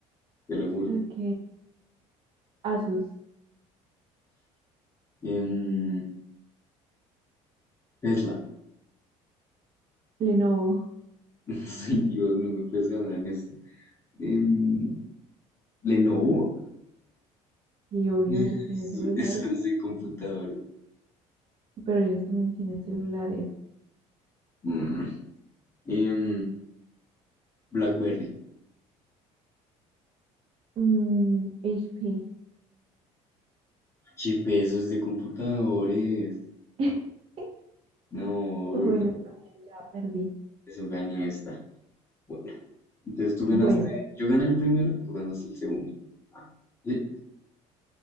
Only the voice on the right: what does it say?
Ok. Asus,
Lenovo.
Y obvio,
ellos tienen
celulares.
Pero ellos también tienen celulares.
Mm, HP.
<laughs>
Bueno, está bien, ya perdí.
Bueno.